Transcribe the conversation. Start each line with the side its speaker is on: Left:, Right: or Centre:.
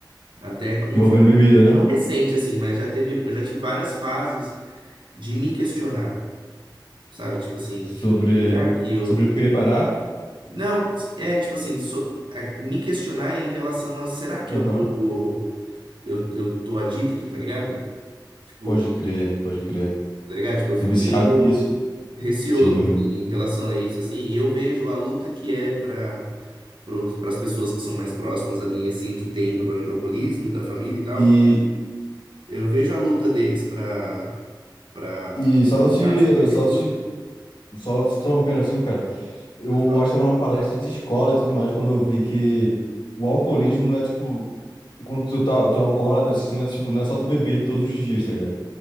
Right: até que eu não
Left: Envolvendo
Right: vou falar,
Left: bebida, né?
Right: não recente, assim, mas já teve, eu já tive várias fases de me questionar, sabe? Tipo assim,
Left: Sobre
Right: será que eu.
Left: sobre eu querer parar.
Right: Não, é tipo assim, so- a- me questionar em relação a será que
Left: Aham.
Right: eu tô, eu, eu tô adicto, tá ligado? Tipo,
Left: Pode crer, pode crer.
Right: tá ligado? Tipo, eu fico
Left: Tô viciado
Right: meio
Left: nisso.
Right: receoso
Left: Sim.
Right: assim, em relação a isso, assim, e eu vejo a luta que é para para as pessoas que são mais próximas a mim, assim, que tem problema de alcoolismo, da família e tal.
Left: E,
Right: Eu vejo a luta deles
Left: e,
Right: para para
Left: e só
Right: ficar
Left: te,
Right: sem beber,
Left: só te,
Right: sabe?
Left: só te interrompendo assim, cara. Eu
Right: Pode falar.
Left: acho que tava numa palestra de escola e tudo mais, quando eu vi que o alcoolismo não é tipo. Quando tu, tá, tu é alcoólatra, assim, não é, tipo, não é só tu beber todos os dias, tá ligado?